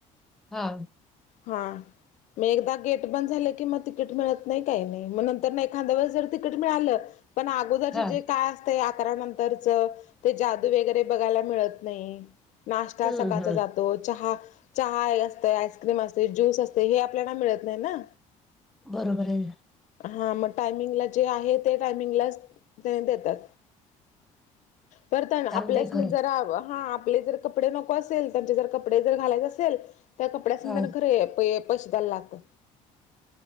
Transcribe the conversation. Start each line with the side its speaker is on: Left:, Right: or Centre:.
Centre: हा
Left: हा म एकदा गेट बंद झालं की मग तिकीट मिळत नाही काही नाही, मग नंतर नाही एखांद्या वेळेस जर तिकीट मिळालं पण आ गोदरचे
Centre: हा
Left: जे काय असते अकरा नंतरचं, ते जादू वगैरे बघायला मिळत नाही. नाश्ता
Centre: हम्म
Left: सकाळचा
Centre: हम्म
Left: जातो, चहा चहा असते, आइस्क्रीम असते, ज्यूस असते, हे आपल्याला मिळत नाही ना.
Centre: बरोबर आहे.
Left: हा मग टायमिंगला जे आहे ते टायमिंगलाच त्यान देतात. परत हाय ना
Centre: चांगलंय
Left: आपल्यासनि
Centre: खरं
Left: जरा, हा आपले जर कपडे नको असेल, त्यांचे जर कपडे जर घालायचं असेल, त्या कपड्यास्नि
Centre: हा.
Left: खरे पैसे द्यायला लागतं.